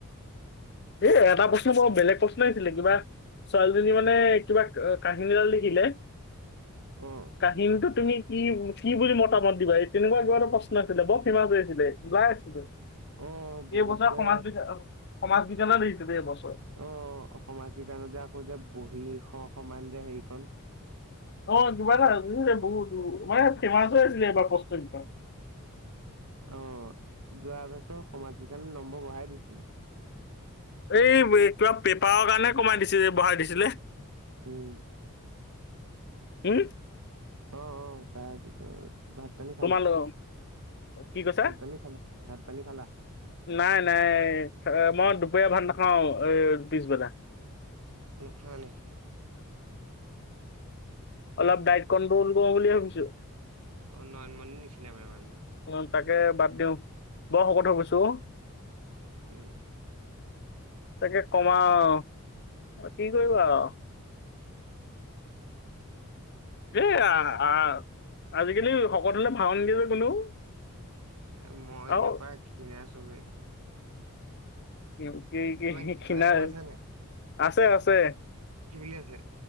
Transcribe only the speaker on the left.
এ এটা প্ৰশ্ন বৰ বেলেগ প্ৰশ্ন আহছিলে কিবা ছোৱালীজনী মানে কিবা কাহিনী এডাল লিখিলে
কাহিনীটো তুমি কি কি বুলি মতামত দিবা এই তেনেকুৱা এক এটা প্ৰশ্ন আছিলেক সীমা বেৰ দিলে ওলাই আছিলোঁ
এইবছৰ
সমাজ বিজ্ঞান সমাজ বিজ্ঞানে আহিছে বে এইবছৰ
অঁহ কিবা এটা বহুত মানে ফেমাচ হৈ আছিলে এইবাৰ প্ৰস্ততি খন
এই কিবা পেপাৰৰ কাৰণে কমাই দিছিল বঢ়াই দিছিলে
উম
তোমালোক
কি কৈছা?
নাই নাই। মই দুপৰীয়া ভাত নাখাওঁ এই পিছ বেলা।
অলপ ডাইট কন্ট্ৰল কৰো বুলি ভাবিছো।
উম তাকে বাদ দিওঁ। বৰ শকত হৈ গৈছো অহ
তাকে কমাও কি কৰিবা আও
হে
আহ
আহ আজিকালি সকত হলে ভাও নিদিয়ে যে কোনেও।
আৰু
কি কি
কি
খিনাৰ।
আছে আছে।